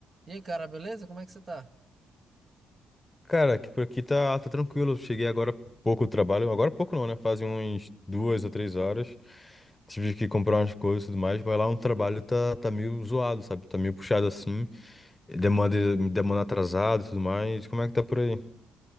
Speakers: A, on the right (about 35°); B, on the left (about 15°).
A: E aí, cara, beleza? Como é que você tá?
B: Cara, que por aqui tá, tá tranquilo. Cheguei agora há pouco do trabalho. Agora há pouco não, né? Fazem uns duas ou três horas. Tive que comprar umas coisas e tudo mais, mas lá no trabalho tá, tá meio zoado, sabe? Tá meio puxado assim. Demanda, demanda atrasada e tudo mais. Como é que tá por aí?